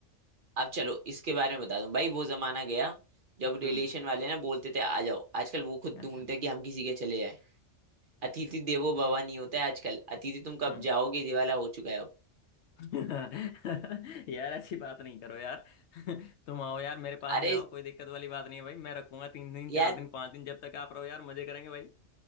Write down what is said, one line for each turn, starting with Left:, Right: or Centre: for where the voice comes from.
Right: अब चलो इसके बारे में बता दूं भाई वो जमाना गया जब
Left: हम्म
Right: रिलेशन वाले ना बोलते थे आ जाओ आजकल वो खुद
Left: अच्छा
Right: ढूंढते हैं कि हम किसी के चले जाएं अतिथि देवो भव नहीं होता है आजकल अतिथि तुम कब
Left: हम्म
Right: जाओगे ये वाला हो चुका है अब
Left: <laughs> यार ऐसी बात नहीं करो यार <laughs> तुम आओ यार मेरे पास
Right: अरे
Left: में आओ कोई दिक्कत वाली बात नहीं है भाई मैं रखूंगा तीन दिन
Right: यार
Left: चार दिन पांच दिन जब तक आप रहो यार मजे करेंगे भाई